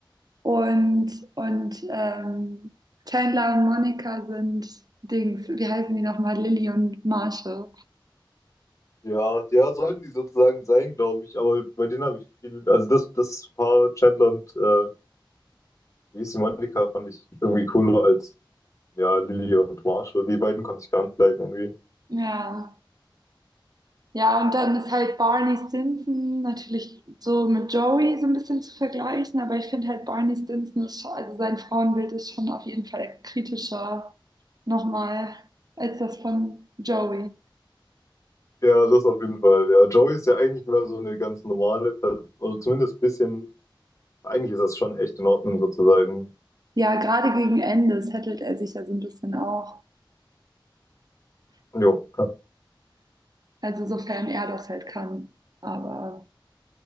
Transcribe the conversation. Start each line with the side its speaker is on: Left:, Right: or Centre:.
Right: und, und ähm, Chandler und Monica sind Dings. Wie heißen die nochmal? Lily und Marshall.
Left: Ja, ja, sollten die sozusagen sein, glaube ich. Aber bei denen habe ich viel, also das, das Paar Chandler und äh, wie hieß die Monika fand ich irgendwie cooler als ja, Lily und Marshall. Die beiden konnte ich gar nicht leiden irgendwie.
Right: Ja. Ja, und dann ist halt Barney Stinson natürlich so mit Joey so ein bisschen zu vergleichen, aber ich finde halt Barney Stinson ist schon, also sein Frauenbild ist schon auf jeden Fall kritischer nochmal als das von Joey.
Left: Ja, das auf jeden Fall. Ja, Joey ist ja eigentlich mehr so eine ganz normale Person, oder zumindest ein bisschen, eigentlich ist das schon echt in Ordnung sozusagen.
Right: Ja, gerade gegen Ende settelt er sich ja so ein bisschen auch.
Left: Jo.
Right: Also sofern er das halt kann. Aber